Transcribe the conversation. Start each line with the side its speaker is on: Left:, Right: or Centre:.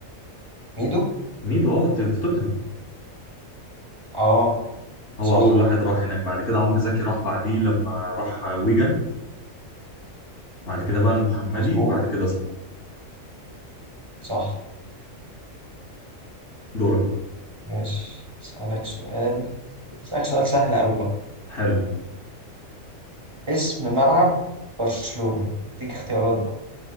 Right: ميدو
Left: ميدو اه في توتنهام
Right: اه
Left: هو
Right: صح
Left: اول واحد راح هناك بعد كده عمرو زكي راح بعديه لما راح ويجن بعد كده بقى المحمدي
Right: مظبوط
Left: وبعد كده صلاح
Right: صح
Left: دورك
Right: ماشي اسألك سؤال اسألك سؤال سهل قوي بقى
Left: حلو
Right: اسم ملعب برشلونة اديك اختيارات بقى